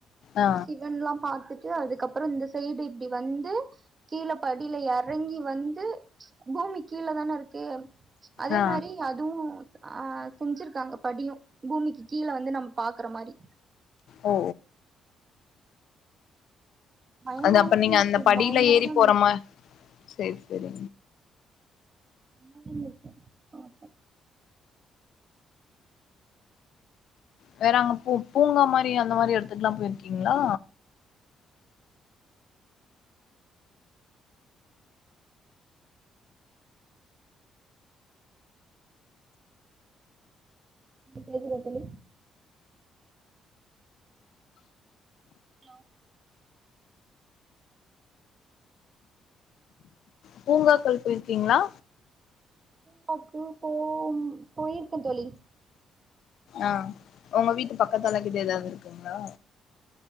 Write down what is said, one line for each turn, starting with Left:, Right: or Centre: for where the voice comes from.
Left: ஆ
Right: சிவன்லா பாத்துட்டு அதுக்கப்புறோ இந்த சைடு இப்டி வந்து கீழ படில எறங்கி வந்து பூமி கீழ தான இருக்கு அதே
Left: ஆ
Right: மாரி அதுவு அ செஞ்சிருக்காங்க படியு பூமிக்கு கீழ வந்து நம் பாக்குற மாரி
Left: ஓ
Right: பயமாவு
Left: அது அப்ப
Right: இருந்துச்சு
Left: நீங்க அந்த படில
Right: பயங்கரமா
Left: ஏறி
Right: இருந்துச்சு
Left: போறமா சேரி செரி
Right: பூமியிலிர்ந்து பாப்போ
Left: வேற அங்க பூ பூங்கா மாரி அந்த மாரி எடுத்துக்குலா போய்ர்க்கீங்ளா
Right: இப்ப கேக்குதா தோழி ஹலோ
Left: பூங்காக்கள் போய்ர்க்கீங்ளா
Right: காக்கு போம் போயிருக்கோந் தோழி
Left: ஆ ஒங்க வீட்டு பக்கத்தலங்கிது எதாவ்து இருக்குங்ளா